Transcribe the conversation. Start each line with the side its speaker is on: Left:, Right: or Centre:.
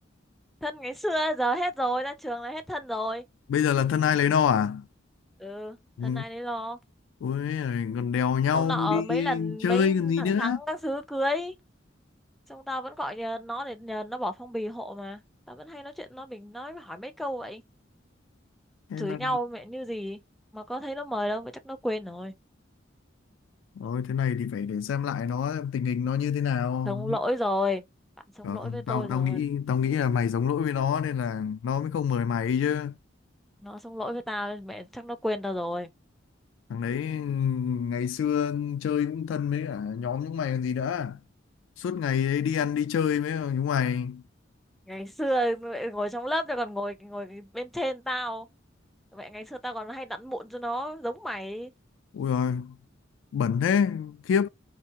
Centre: thân ngày xưa giờ hết rồi ra trường là hết thân rồi
Left: bây giờ là thân ai lấy no à
Centre: ừ
Left: ừ.
Centre: thân này đấy lo
Left: Ôi giời, còn đèo nhau
Centre: ông nọ
Left: đi
Centre: mấy lần
Left: chơi
Centre: mấy
Left: còn gì
Centre: thằng
Left: nữa
Centre: thắng các thứ cưới xong tao vẫn gọi nhờ nó để nhờ nó bỏ phong bì hộ mà tao vẫn hay nói chuyện nó mình nói hỏi mấy câu vậy
Left: hay
Centre: chửi
Left: là
Centre: nhau mẹ như gì mà có thấy nó mời đâu vậy chắc nó quên rồi
Left: Ôi, thế này thì phải để xem lại nó xem tình hình nó như thế nào
Centre: sống lỗi rồi bạn sống
Left: không
Centre: lỗi với tôi
Left: tao
Centre: rồi
Left: tao nghĩ tao nghĩ là mày giống lỗi với nó nên là nó mới không mời mày chứ
Centre: nó sống lỗi với tao mẹ chắc nó quên tao rồi
Left: thằng đấy ngày xưa chơi cũng thân với cả nhóm chúng mày còn gì nữa suốt ngày ấy đi ăn đi chơi với chúng mày
Centre: ngày xưa mẹ ngồi trong lớp tao còn ngồi ngồi bên trên tao mẹ ngày xưa tao còn hay đặn mụn cho nó giống mày
Left: ui rồi bẩn thế khiếp